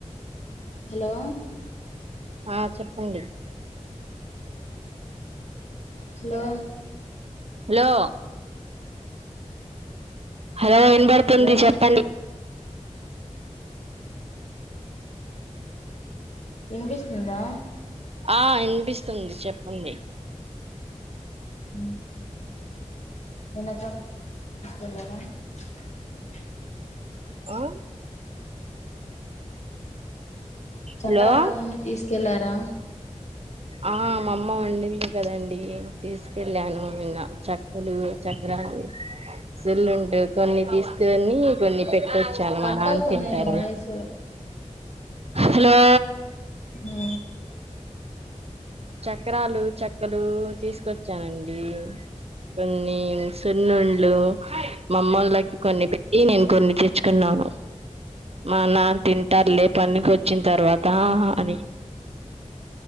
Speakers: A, on the left (about 65°); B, on the right (about 55°).
A: హలో
B: ఆ చెప్పండి
A: హలో
B: హలో హలో వినపడుతుంది
A: హలో
B: చెప్పండి,
A: వినిపిస్తుందా,
B: ఆ వినిపిస్తుంది చెప్పండి,
A: ఊ విన <unintelligible>
B: ఆ
A: చక్రాలు
B: హలో
A: అవన్నీ తీసుకెళ్లారా,
B: ఆ మామ్మ వండింది కదండి. తీసుకెళ్ళాను నిన్న చక్కలు చక్రాలు సున్నుండ కొన్ని తీసుకొని కొన్ని పెట్, తెచ్చాను
A: కట్
B: మా నాన్న
A: అవుతుంది
B: తింటాడు,
A: నీ వాయిస్
B: హలో
A: హు
B: చక్రాలు చెక్కలు తీసుకొచ్చానండి కొన్ని సున్నుండ, లు మా అమ్మోళ్ళకి, కొన్ని పెట్టి నేను కొన్ని తెచ్చుకున్నాను మా నాన్న తింటారు లే పనికి వచ్చి, తర్వాతా
A: ఉమ్.
B: అని,